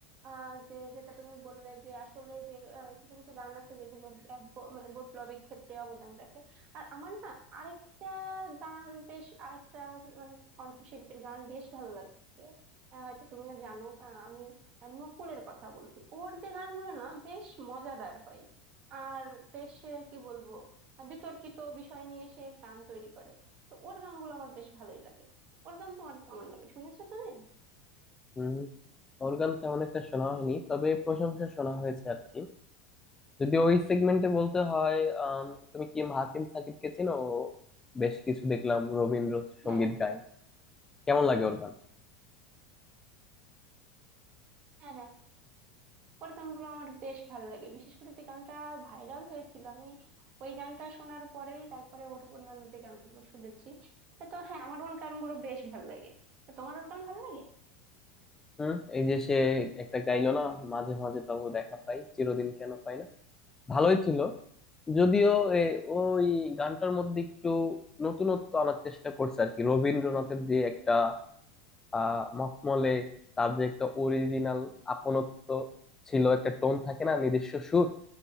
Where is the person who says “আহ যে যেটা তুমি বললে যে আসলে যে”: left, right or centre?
Right